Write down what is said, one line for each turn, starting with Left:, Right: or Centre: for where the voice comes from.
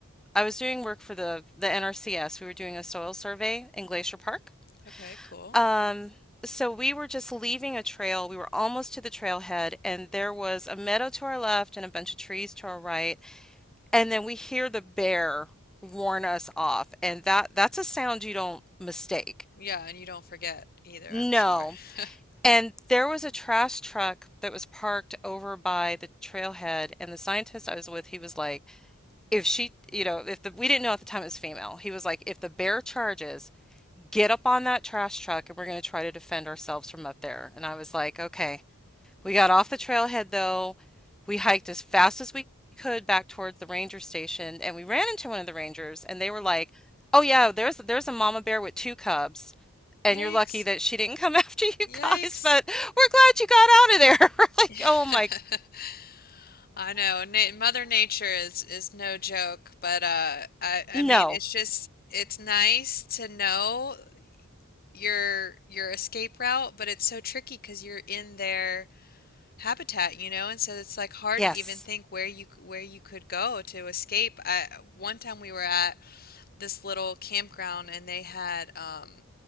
Centre: I was doing work for the the NRCS. We were doing a soil survey in Glacier Park.
Left: Okay, cool.
Centre: Um, so we were just leaving a trail. We were almost to the trailhead, and there was a meadow to our left and a bunch of trees to our right. And then we hear the bear warn us off, and that that's a sound you don't mistake.
Left: Yeah, and you don't forget either,
Centre: No.
Left: I'm sure. <laughs>
Centre: And there was a trash truck that was parked over by the trailhead, and the scientist I was with, he was like, if she, you know, if the, we didn't know at the time it was female, he was like, if the bear charges, get up on that trash truck and we're going to try to defend ourselves from up there. And I was like, okay. We got off the trailhead though. We hiked as fast as we could back towards the ranger station and we ran into one of the rangers and they were like, "Oh yeah, there's there's a mama bear with two cubs." And
Left: Yikes.
Centre: you're lucky that she didn't come <laughs> after you
Left: Yikes.
Centre: guys, but we're glad you got out of there. <laughs> We're like,
Left: <laughs>
Centre: oh my,
Left: I know. Na Mother Nature is is no joke, but uh I
Centre: no.
Left: I mean it's just it's nice to know your your escape route, but it's so tricky 'cause you're in their habitat, you know, and so it's like hard
Centre: Yes.
Left: to even think where you c- where you could go to escape. I one time we were at this little campground and they had um,